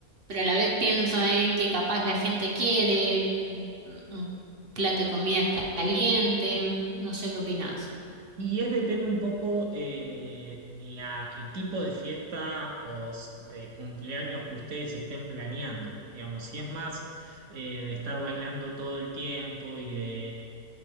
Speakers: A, on the right (about 45°); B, on the right (about 60°).
A: pero a la vez pienso en que capaz la gente quiere un un plato de comida ca- caliente, no sé qué opinás.
B: Y es depende un poco eh, la, el tipo de fiesta o s- de cumpleaños que ustedes estén planeando. Digamos, si es más eh, de estar bailando todo el tiempo y de,